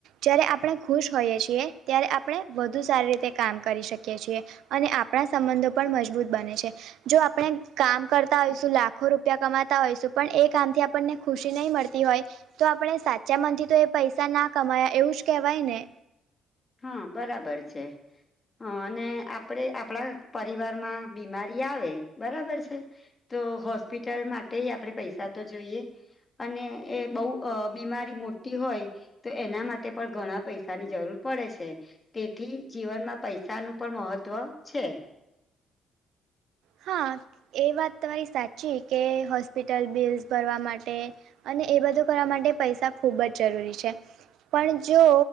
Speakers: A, on the right (about 80°); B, on the left (about 25°).
A: જયારે આપણે ખુશ હોઈએ છીએ ત્યારે આપણે વધુ સારી રીતે કામ કરી શકીએ શકીએ છીએ અને આપણા સંબંધો પણ મજબૂત બને છે. જો આપણે કામ કરતા હોઈશું લાખો રૂપિયા કમાતા હોઈશું પણ એ કામથી આપણને ખુશી નહીં મળતી હોય તો આપણે સાચા મન થી તો એ પૈસા ના કમાયા એવું જ કેવાય ને
B: હા બરાબર છે. હા અને આપડે આપણા પરિવારમાં બીમારી આવે બરાબર છે. તો હોસ્પિટલ માટે આપડે પૈસા તો જોઈએ. અને એ બહુ અ બીમારી મોટી હોય તો એના માટે પણ ઘણા પૈસાની જરૂર પડે છે તેથી જીવનમાં પૈસાનું પણ મહત્ત્વ છે
A: હા એ વાત તમારી સાચી કે હોસ્પિટલ બિલ્સ ભરવા માટે અને એ બધું કરવા માટે પૈસા ખૂબ જ જરૂરી છે પણ જો